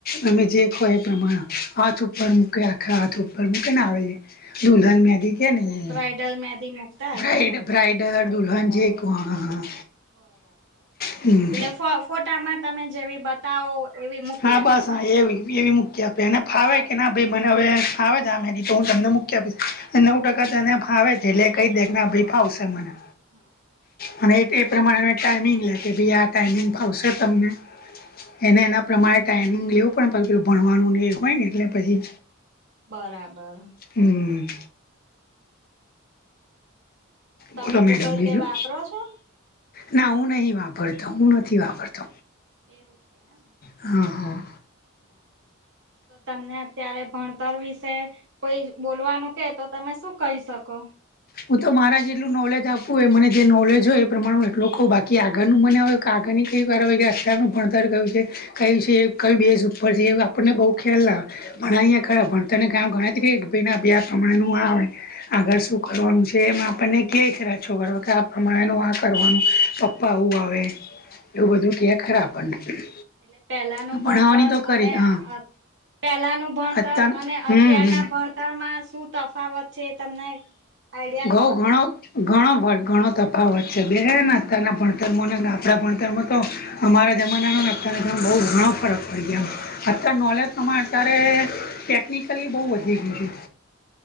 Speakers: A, on the left (about 45°); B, on the right (about 60°).
A: તમે
B: એટલે
A: જે કહો એ પ્રમાણે. હાથ ઉપર
B: હા
A: મૂકે આખા હાથ ઉપર મૂકે ને આવી, દુલ્હન
B: હા
A: મેદી કેને એ.
B: બ્રાઈડલ <unintelligible>
A: બ્રાઈડ
B: ને
A: બ્રાઈડલ, દુલ્હન જે કહો, હા.
B: બરાબર. હમ્મ.
A: હમ
B: એટલે ફો ફોટામાં તમે જેવી બતાવો એવી મૂકી
A: હા
B: આપે
A: બસ, હા
B: ને
A: એવી. એવી મૂકી આપે એને ફાવે
B: કોપી
A: કે ના ભાઈ મને હવે ફાવે છે આ મેદી, તો હું તમને મૂકી આપીશ. એ નવ ટકા તને ફાવે છે એટલે કંઈ દે કે ના ભઈ ફાવશે મને.
B: હા.
A: અને એ તે પ્રમાણે ટાઈમિંગ લે કે ભઈ આ ટાઈમિંગ ફાવશે તમને? એને એના પ્રમાણે ટાઈમિંગ લેવું પડે ને પછી પેલું ભણવાનું ને એ હોય ને એટલે પછી
B: બરાબર.
A: હમ્મ.
B: તમે
A: બોલો
B: ગૂગલ
A: મેડમ બીજું.
B: પે વાપરો છો
A: ના હું નહીં વાપરતો, હું નથી વાપરતો.
B: એવું છે એમ.
A: હા, હા.
B: હા. તો તમને આ ત્યારે ભણતર વિશે કોઈ જ બોલવાનું કહે તો તમે શું કહી શકો?
A: હું તો મારા જેટલું નોલેજ આપવું હોય એ મને જે નોલેજ હોય એ પ્રમાણે હું એટલું કઉ, બાકી આગળનું મને હવે કાગળની કંઈ <unintelligible> હોય કે આટલાનું ભણતર કયું છે કયું છે, કંઈ બેઝ ઉપર છે એ આપણને બહું ખ્યાલ ના આવે. ભણાયા ખરા. ભણતર ને <unintelligible> કે ભઈ ના આ પ્રમાણેનું આ આવડે. આ <unintelligible> કરવાનું છે એમાં આપણને ક્યાંય <unintelligible> કે આ પ્રમાણે નું આ કરવાનું, પપ્પા આવું આવે. એવું બધું ક્યે ખરા આપણને.
B: એટલે પહેલાનું
A: ભણાવવાની
B: ભણતર
A: તો કરી
B: અને
A: હા
B: અત પહેલાનું ભણતર
A: અત્યાર
B: અને અત્યારના
A: હમ હમ
B: ભણતરમાં શું તફાવત છે એ તમને આઈડિયા
A: ઘઉં
B: ખરો?
A: ઘણો ઘણો વ ઘણો તફાવત છે બેન અતારના ભણતરમોને આપણા ભણતરમો તો, અમારા જમાનામાં અત્યાર બહુ ઘણો ફરક પડી ગયા. અતાર નોલેજ તમામાં અત્યારે ટેકનિકલી બહુ વધી ગયું છે.